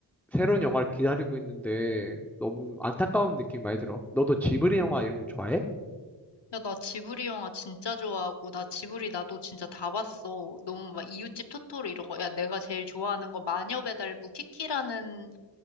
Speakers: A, in the centre; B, on the left (about 60°).
A: 새로운 영화를 기다리고 있는데 너무 안타까운 느낌 이 많이 들어. 너도 지브리 영화 이런 거 좋아해?
B: 야, 나 지브리 영화 진짜 좋아하고, 나 지브리 나도 진짜 다 봤어. 너무 막 이웃집 토토로 이런 거. 야, 내가 제일 좋아하는 거 마녀배달부 키키라는